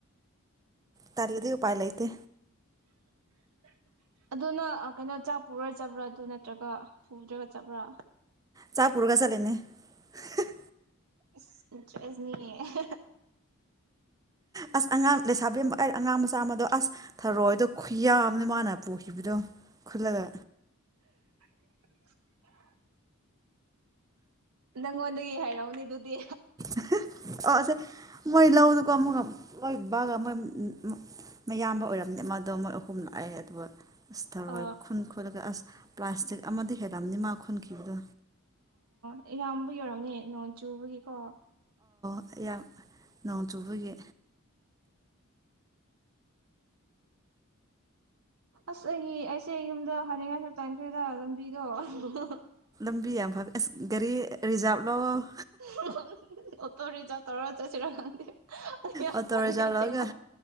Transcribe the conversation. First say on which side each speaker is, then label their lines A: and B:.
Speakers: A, on the right; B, on the right.
A: ꯇꯜꯂꯗꯤ ꯎꯄꯥꯏ ꯂꯩꯇꯦ
B: <unintelligible> ꯑꯗꯨꯅ ꯑ ꯀꯩꯅꯣ ꯆꯥꯛ ꯄꯨꯔ ꯆꯠꯕ꯭ꯔꯥ ꯑꯗꯨ ꯅꯠꯇ꯭ꯔꯒ ꯄꯨꯗ꯭ꯔꯒ ꯆꯠꯕ꯭ꯔꯥ
A: ꯆꯥꯛ ꯄꯨꯔꯒ ꯆꯠꯂꯤꯅꯤ ꯍꯤ ꯍ
B: ꯏꯁ ꯏꯟꯇ꯭ꯔꯦꯖꯅꯤ ꯑꯍ
A: ꯑꯁ ꯑꯉꯥꯡ ꯂꯩꯁꯥꯕꯤꯝꯕ ꯑꯩ ꯑꯉꯥꯡ ꯃꯆꯥ ꯑꯃꯗꯣ ꯑꯁ ꯊꯔꯣꯏꯗꯣ ꯈꯨꯌꯥꯝꯃꯅꯤ ꯃꯥꯅ ꯄꯨꯈꯤꯕꯗꯣ ꯈꯨꯜꯂꯒ
B: <unintelligible> ꯅꯪꯉꯣꯟꯗꯒꯤ ꯍꯥꯏꯔꯛꯎꯅꯦ ꯑꯗꯨꯗꯤ
A: ꯑꯍ ꯑꯣ ꯑꯁꯦ ꯃꯣꯏ ꯂꯧ ꯑꯗꯨ ꯀꯣ ꯃꯨꯛꯀ ꯃꯣꯏ ꯕꯥꯒ ꯃꯣꯏ ꯎꯝ ꯎꯝ ꯃꯌꯥꯝꯕ ꯑꯣꯏꯔꯝꯗ ꯃꯥꯗꯣ ꯃꯣꯏ ꯑ ꯍꯨꯝ ꯑꯥꯏꯑꯦ ꯑꯗꯨꯒ ꯑꯁ ꯊꯧꯔꯣꯏ
B: ꯑ
A: ꯈꯨꯟ ꯈꯨꯠꯂꯒ ꯑꯁ ꯄ꯭ꯂꯥꯁꯇꯤꯛ ꯑꯃꯗꯤ ꯍꯦꯜꯂꯝꯅꯤ ꯃꯥ ꯈꯨꯨꯟꯈꯤꯕꯗꯣ
B: ꯑꯩꯌꯥꯝꯕꯒꯤ ꯑꯣꯏꯔꯝꯒꯅꯤ ꯅꯣꯡ ꯆꯨꯕꯒꯤꯀꯣ
A: ꯑꯩꯌꯥꯝ ꯅꯣꯡ ꯆꯨꯕꯒꯤ
B: ꯑꯁ ꯑꯩꯒꯤ ꯑꯩꯁꯦ ꯌꯨꯝꯗ ꯍꯥꯏꯅꯤꯡꯉꯥꯏ ꯇꯟꯈ꯭ꯔꯦꯗ ꯂꯝꯕꯤꯗꯣ ꯑꯍ ꯍꯍ ꯍ
A: ꯂꯝꯕꯤ ꯌꯥꯝ ꯐꯕ ꯑꯁ ꯒꯥꯔꯤ ꯔꯤꯖꯥꯕꯂꯣ
B: ꯍꯨꯡ ꯍꯨꯡ ꯍꯨꯡ ꯍꯨꯡ ꯍꯨꯡ ꯑꯣꯇꯣ ꯔꯤꯖꯥꯕ ꯇꯧꯔꯥ ꯆꯠꯁꯤꯔ ꯈꯪꯗꯦ ꯍꯍ ꯑꯩ ꯌꯥꯝ
A: ꯑꯣꯇꯣ
B: ꯊꯜꯂꯦ
A: ꯔꯤꯖꯥꯕ
B: ꯑꯁꯦꯡꯕ
A: ꯂꯧꯔꯒ